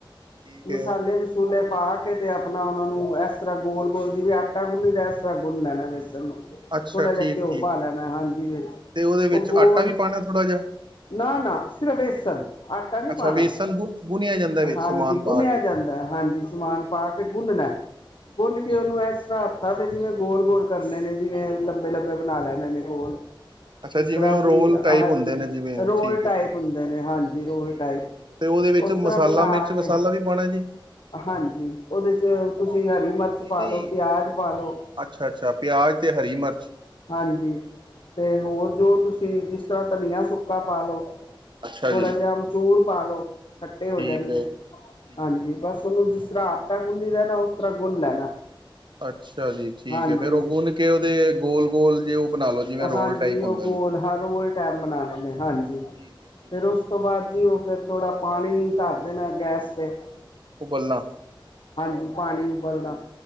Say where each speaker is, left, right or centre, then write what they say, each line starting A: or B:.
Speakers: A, on the right; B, on the left.
A: ਠੀਕ ਹੈ
B: ਮਸਾਲੇ - ਮਸੂਲੇ ਪਾ ਕੇ ਤੇ ਆਪਣਾ ਉਹਨਾਂ ਨੂੰ ਇਸ ਤਰ੍ਹਾਂ ਗੋਲ ਗੋਲ ਜਿਵੇਂ ਆਟਾ ਗੁੰਨੀ ਦਾ ਇਸ ਤਰ੍ਹਾਂ ਗੁੰਨ ਲੈਣਾ ਵੇਸਣ ਨੂੰ। ਥੋੜ੍ਹਾ
A: ਅੱਛਾ
B: ਜਿਹਾ
A: ਠੀਕ-ਠੀਕ-ਠੀਕ
B: ਘਿਓ ਪਾ ਲੈਣਾ। ਹਾਂਜੀ, ਵਿੱਚ
A: ਤੇ ਉਹਦੇ ਵਿੱਚ
B: ਉਹ ਗੋਲ
A: ਆਟਾ ਵੀ ਪਾਉਣਾ ਥੋੜ੍ਹਾ ਜਿਹਾ
B: ਨਾ ਨਾ ਸਿਰਫ ਵੇਸਣ, ਆਟਾ ਨੀ
A: ਅੱਛਾ
B: ਪਾਣਾ
A: ਵੇਸਣ ਗੁ ਗੁੰਨਿਆ ਜਾਂਦਾ ਵਿੱਚ
B: ਹਾਂਜੀ,
A: ਸਮਾਨ
B: ਗੁਣਿਆ
A: ਪਾ ਕੇ
B: ਜਾਂਦਾ। ਹਾਂਜੀ, ਸਮਾਨ ਪਾ ਕੇ ਗੁੰਨਣਾ, ਗੁੰਨ
A: ਅੱਛਾ-ਅੱਛਾ
B: ਕੇ ਉਹਨੂੰ ਇਸ
A: ਅੱਛਾ
B: ਤਰ੍ਹਾਂ ਤੇ ਜਿਵੇਂ ਗੋਲ - ਗੋਲ ਕਰਨੇ ਨੇ ਜਿਵੇਂ ਲੰਬੇ - ਲੰਬੇ ਬਣਾ ਲੈਣੇ ਨੇ ਗੋਲ।
A: ਅੱਛਾ,
B: ਜਿਸ
A: ਜਿਵੇਂ
B: ਤਰ੍ਹਾਂ
A: ਉਹ
B: ਅਸੀਂ
A: ਰੋਲ ਟਾਈਪ
B: ਹਾਂਜੀ,
A: ਹੁੰਦੇ ਨੇ ਜਿਵੇਂ
B: ਰੋਲ
A: ਠੀਕ ਹੈ
B: ਟਾਈਪ
A: ਠੀਕ
B: ਹੁੰਦੇ ਨੇ ਹਾਂਜੀ ਰੋਲ
A: ਠੀਕ
B: ਟਾਈਪ।
A: ਹੈ ਠੀਕ ਹੈ ਤੇ ਉਹਦੇ ਵਿੱਚ
B: ਉਸ ਤਰ੍ਹਾਂ
A: ਮਸਾਲਾ,
B: ਬਣਾ
A: ਮਿਰਚ -
B: ਕੇ
A: ਮਸਾਲਾ ਵੀ ਪਾਉਣਾ ਜੀ
B: ਹਾਂਜੀ ਉਹਦੇ ਚ ਤੁਸੀਂ ਹਰੀ ਮਿਰਚ
A: ਨਹੀਂ
B: ਪਾ
A: - ਨਹੀਂ,
B: ਲਓ ਪਿਆਜ ਪਾ ਲਓ
A: ਅੱਛਾ - ਅੱਛਾ ਪਿਆਜ ਤੇ ਹਰੀ ਮਿਰਚ
B: ਹਾਂਜੀ, ਤੇ ਹੋਰ ਜੋ ਤੁਸੀ ਤੇ ਜਿਸ ਤਰ੍ਹਾਂ ਧਨੀਆ ਸੁੱਕਾ ਪਾ ਲੋ।
A: ਅੱਛਾ
B: ਥੋੜਾ
A: ਜੀ
B: ਜਿਹਾ ਅਮਚੂਰ ਪਾ ਲੋ। ਕੱਠੇ ਹੋ
A: ਠੀਕ
B: ਜਾਣਗੇ
A: ਹੈ ਠੀਕ
B: ਹਾਂਜੀ
A: ਹੈ।
B: ਬਸ। ਉਹਨੂੰ ਜਿਸ ਤਰ੍ਹਾਂ ਆਟਾ ਗੁੰਨੀ ਦਾ ਨਾ ਉਸ ਤਰ੍ਹਾਂ ਗੁੰਨ ਲੈਣਾ।
A: ਅੱਛਾ ਜੀ, ਠੀਕ
B: ਹਾਂਜੀ
A: ਏ ਫੇਰ ਉਹ ਗੁੰਨ ਕੇ ਉਹਦੇ ਗੋਲ - ਗੋਲ ਜੇ ਉਹ ਬਣਾ ਲਓ ਜਿਵੇਂ ਰੋਲ
B: ਹਾਂਜੀ,
A: ਟਾਈਪ
B: ਉਹ
A: ਹੁੰਦੇ
B: ਗੋਲ
A: ਨੇ।
B: ਹਾਂ ਰੋਲ ਟੈਪ ਬਣਾਨੇ ਹਾਂਜੀ।
A: ਠੀਕ ਹੈ ਠੀਕ
B: ਫਿਰ ਉਸ
A: ਹੈ ਜੀ।
B: ਤੋਂ ਬਾਅਦ ਜੀ ਉਹ ਫਿਰ ਥੋੜ੍ਹਾ ਪਾਣੀ ਧਰ ਦੇਣਾ ਗੈਸ ਤੇ
A: ਉਬਲਣਾ।
B: ਹਾਂਜੀ, ਪਾਣੀ ਉਬਲਣਾ